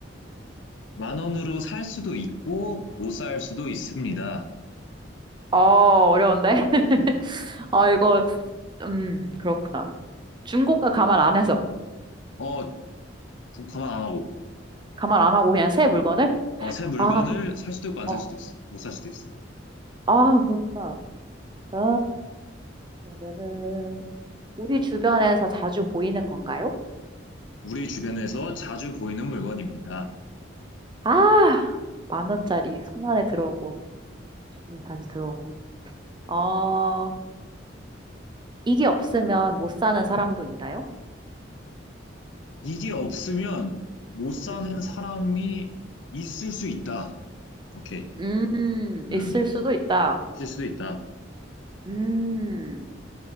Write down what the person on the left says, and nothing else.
만 원으로 살 수도 있고, 못 살 수도 있습니다.
어, 가만 안 하고.
어, 새 물건을
살 수도 있고, 안
살 수도 있어. 못 살 수도 있어.
우리 주변에서 자주 보이는 물건입니다.
이게 없으면 못 사는
사람이 있을 수 있다. 오케이.
음,
있을 수도 있다.